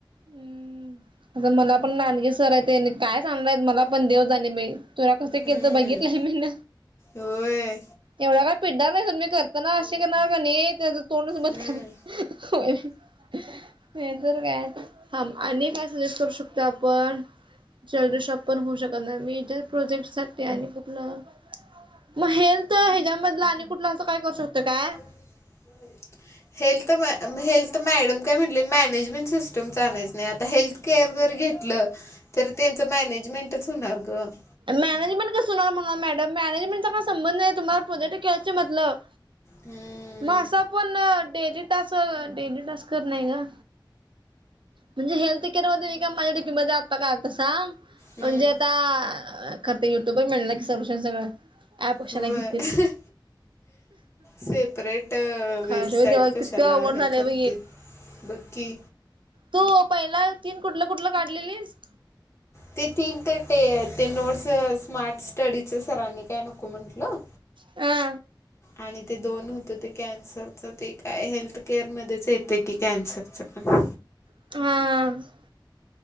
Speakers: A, on the right; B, on the left.
A: हम्म, आता मना पण नानगे सर आहेत ते काय सांगणार आहेत, मना पण देव जाणे बाई. तुरा कसं
B: हम्म
A: केलंत बघितलंय मीन
B: होय
A: एवढ्या काय पिडणार नाही सोड, तर मी करताना अशी करणार कणी त्येजच तोंडच बंद
B: हम्म.
A: करणार, होय नाही तर काय. थांब आणि काय सजेस्ट करू शकतोय आपण जलदी शॉप पण होऊ शकत नाही, मेजर प्रोजेक्टसाठी आणि खुठलं? मग हेल्थ हेज्यामधलं आणि कुठलं असं काय करू शकतोय काय?
B: <unintelligible> हेल्थ, म हेल्थ मॅडम काय म्हटली मॅनेजमेंट सिस्टमच आणायचं नाही, आता हेल्थ केअर जर घेतलं, तर त्येच मॅनेजमेंटच हुणार गं
A: मॅनेजमेंट कस हुणार म्हग, मॅडम, मॅनेजमेंटचा काय संबंध नाही, तुम्हाला प्रोजेक्ट केल्याच मतलब.
B: हम्म
A: म असं आपण डेली तास, डेली टास्क खरं नाही ग. म्हणजे हेल्थकेअर मध्ये त्येनी माझ्या डीपी मध्ये आता का आलाता सांग
B: हम्म
A: म्हणजे आता ख तर युट्यूबर मिळलं की सलूशन सगळं? ऍप कशाला
B: होय
A: घेतील
B: सेपरेट
A: खरं
B: वेबसाइट
A: देवा
B: कशाला
A: किती अवघड
B: हे
A: झालंय
B: करतील.
A: बघ
B: बघ की
A: तू पहिला तीन कुठलं कुठलं काढलेलीस?
B: ते तीन ते ते नोट्स स्मार्ट स्टडीच सरांनी काय नको म्हंटलं.
A: हा
B: आणि ते दोन होत ते कॅन्सरच ते काय हेल्थकअर मध्येच ते काय कन्सरचं
A: हा